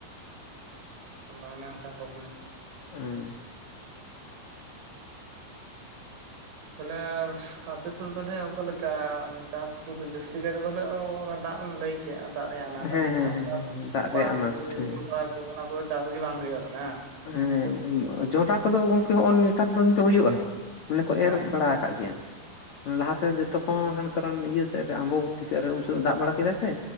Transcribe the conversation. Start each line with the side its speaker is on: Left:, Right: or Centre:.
Right: ᱩᱸ ᱟᱫᱚ ᱚᱱᱮ ᱚᱱᱠᱟ ᱯᱨᱚᱵᱞᱮᱢ
Left: ᱮᱸ᱾
Right: ᱛᱟᱦᱚᱞᱮ ᱟᱯᱮᱥᱮᱫ ᱛᱟᱦᱚᱞᱮ ᱚᱠᱟᱞᱮᱠᱟ ᱪᱟᱥ ᱠᱚᱫᱚ ᱡᱟᱥᱛᱤ ᱠᱟᱭᱛᱮ ᱛᱟᱦᱚᱞᱮ ᱚᱱᱮ ᱫᱟᱜ ᱮᱢ ᱞᱟᱹᱭ ᱠᱮᱭᱟ ᱟᱨ ᱫᱟᱜ ᱨᱮᱭᱟᱜ ᱟᱱᱟᱴ <unintelligible>
Left: ᱦᱮᱸ ᱦᱮᱸ ᱦᱮᱸ ᱦᱮᱸ ᱫᱟᱜ ᱨᱮᱭᱟᱜ ᱟᱱᱟᱴ ᱦᱮᱸ
Right: ᱛᱚ ᱚᱱᱟ ᱠᱚᱫᱚ ᱪᱟᱥ ᱜᱮ ᱵᱟᱝ ᱦᱩᱭᱩᱜᱼᱟ ᱦᱟᱝ?
Left: ᱦᱮᱸ ᱡᱚᱱᱰᱨᱟ ᱠᱚᱫᱚ ᱜᱚᱝᱠᱮ ᱦᱚᱸᱜᱼᱚᱭ ᱱᱮᱛᱟᱨ ᱫᱤᱱ ᱫᱚ ᱦᱩᱭᱩᱜᱼᱟ ᱢᱟᱱᱮ ᱠᱚ
Right: ᱦᱮᱸ
Left: ᱮᱨ ᱵᱟᱲᱟ ᱠᱟᱜ ᱜᱮᱭᱟ ᱞᱟᱦᱟ ᱛᱮ ᱡᱚᱛᱚ ᱠᱷᱚᱱ
Right: ᱦᱮᱸ
Left: ᱛᱚᱨᱮᱱ ᱤᱭᱟᱹ ᱥᱮᱜ ᱨᱮ ᱟᱢᱵᱚᱵᱛᱤ ᱥᱮᱜ ᱨᱮ ᱩᱱ ᱥᱚᱢᱚᱭ ᱫᱟᱜ ᱵᱟᱲᱟ ᱠᱮᱫᱟᱭ ᱥᱮ